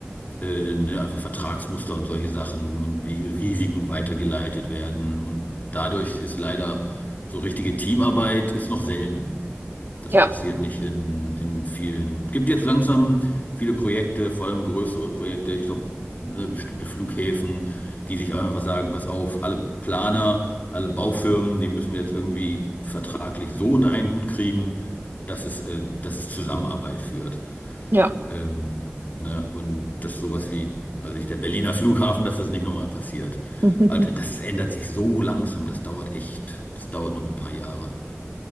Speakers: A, on the left (about 40°); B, on the right (about 50°).
A: Äh, ne, einfach Vertragsmuster und solche Sachen und wie Risiken weitergeleitet werden. Und dadurch ist leider so richtige Teamarbeit ist noch selten. Das
B: Ja,
A: passiert nicht in, in vielen. Gibt jetzt langsam viele Projekte, vor allem größere Projekte, ich glaube, bestimmte Flughäfen, die sich einfach sagen, pass auf, alle Planer, alle Baufirmen, die müssen wir jetzt irgendwie vertraglich so unter einen Hut kriegen, dass es, äh, dass es Zusammenarbeit führt.
B: ja.
A: Ähm, ne? Und dass sowas wie, weiß ich, der Berliner Flughafen, dass das nicht nochmal passiert.
B: <laughs>
A: Also das ändert sich so langsam, das dauert echt, das dauert noch ein paar Jahre.